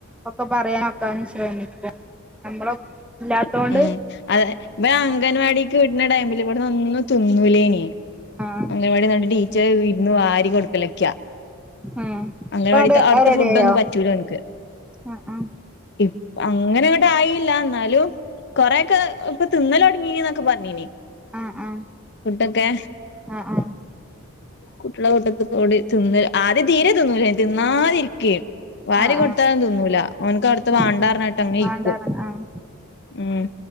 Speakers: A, in the centre; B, on the left.
A: ഒക്കെ പറയാനൊക്കാന്ന് ശ്രമിക്കും നമ്മളെ ഇല്ലാത്തോണ്ട്
B: ഉം അതെ ഇവൻ അംഗൻവാടീക്ക് വിട്ണ ടൈമിൽ ഇവ്ട്ന്നൊന്നും തിന്നൂലേന്യേ
A: ആഹ്
B: അംഗൻവാടി നട് ടീ ച്ചേയി ഇരുന്ന് വാരി കൊടുക്കെലയ്ക്കാ
A: ആഹ്
B: അംഗലവാടീത്തെ
A: ഇപ്പ അവിടെ
B: ഔട്ത്തെ
A: അത് റെഡിയായോ
B: ഫുടൊന്നും പറ്റൂല ഓൻക്ക്
A: ആഹ്
B: ഇപ് അങ്ങനെ ഇങ്ങെട്ടായില്ല ഇന്നാലും കൊറേക്കെ തിന്നലൊടങ്ങീ ന്നൊക്കെ പറഞ്ഞീനി
A: ആഹ് ആഹ് ആഹ്
B: ഫുഡോക്കെ
A: ആഹ് ആഹ്
B: കുട്ട്യേളെ കൂട്ടത്ത് കൂടി തിന്ന് ആദ്യം തീരെ തിന്നൂലേനി തിന്നാതിരിക്കെ വാരി
A: ആഹ്
B: കൊടുത്താലും
A: ആഹ്
B: തിന്നൂല ഓന്ക്ക് അവിടുത്തെ
A: ആഹ് ആഹ്
B: വാണ്ടാ പറഞ്ഞിട്ട് അങ്ങനെ
A: വേണ്ടാന്ന്
B: ഇരിക്കും
A: ആഹ് ആഹ്
B: ഉം